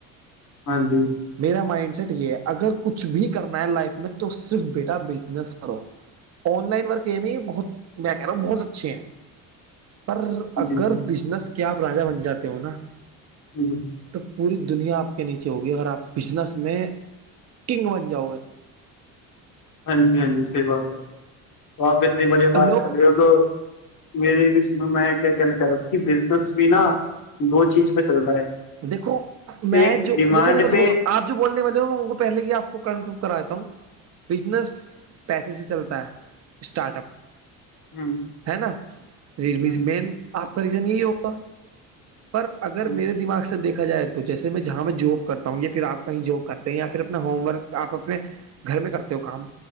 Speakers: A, on the left; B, on the right.
A: ہاں جی
B: میرا مائنڈ سیٹ یہ ہے اگر کچھ بھی کرنا ہے لائف میں تو صرف بیٹا بزنس کرو آن لائن ورک یہ نہیں بہت میں کہہ رہا ہوں بہت اچھے ہیں پر
A: جی
B: اگر
A: جی
B: بزنس کے آپ راجا بن جاتے ہو نا
A: جی ج
B: تو پوری دنیا آپ کے نیچے ہوگی اگر آپ بزنس میں کنگ بن جاؤ گے تو
A: ہاں جی ہاں جی صحیح بات ہے تو آپ اتنی بڑھیا بات
B: لوگ
A: کر رہے ہو تو میرری بھی س میں کیا کہنا چاہ رہا تھا کہ بزنس بھی نہا دو چیز پہ چل رہا ہے
B: دیکو میں
A: ایک
B: جو
A: ڈیمانڈ
B: دیکھو دیکھو دیکھو
A: پہ
B: دیک آپ بولنے والے میں وہ پہلے ہی آ کو کنفرم کراتا ہوں بزنس پیسے سے چلتا ہے اسٹارٹ اپ
A: ہ
B: ہے نا ریلمی
A: ہ
B: مین آپ کا ریزن یہی ہوگا پر اگر
A: ہ
B: میرے دماغ سے دیکھا جائے تو تو جیسے میں جہاں میں جاب کرتا ہوں یا پھر آپ کہیں جاب کرتے ہیں یا پھر اپنا ہوم ورک آپ اپنے گھر میں کرتے ہو کام